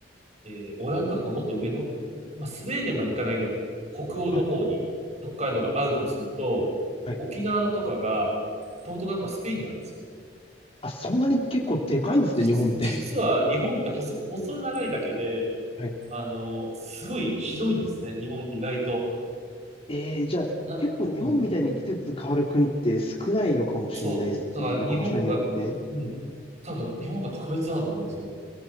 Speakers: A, on the right; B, on the left.
A: えーオランダとかもっと上の、まあ、スウェーデンまで行かないぐらい、北欧の方に北海道があるとすると、
B: はい。はい
A: 沖縄とかが、ポルトガルとかスペインにあるんですよ。
B: あ、そんなに結構でかいんですね、
A: 実、
B: 日本って。
A: 実は日本って細、細長いだけで、
B: <laughs> はい
A: あの、すごい広いんですね、日本って意外と。
B: えー、じゃあ、
A: な、
B: 結構日本みたいに季節変わる国って少ないのかもしれないですね。
A: うん。そう。だから日本が、
B: なんか場所によって。
A: うん。多分、日本が特別だなと思いますよ。